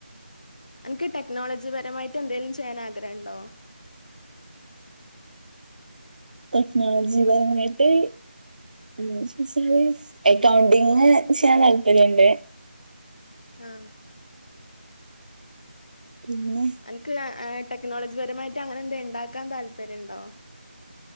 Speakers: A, on the left; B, on the right.
A: അനക്ക് ടെക്നോളജിപരമായിട്ട് എന്തേലും ചെയ്യാൻ ആഗ്രഹം ഇണ്ടോ
B: ടെക്നോളജിപരമായിട്ട് <unintelligible> എക്കൗണ്ടിംഗ് ചെയ്യാൻ താല്പര്യവൊണ്ട്
A: ആഹ്
B: പിന്നെ
A: അനക്ക് ആഹ് ടെക്നോളജിപരമായിട്ട് അങ്ങനെ എന്തെ എണ്ടാക്കാൻ താല്പര്യണ്ടോ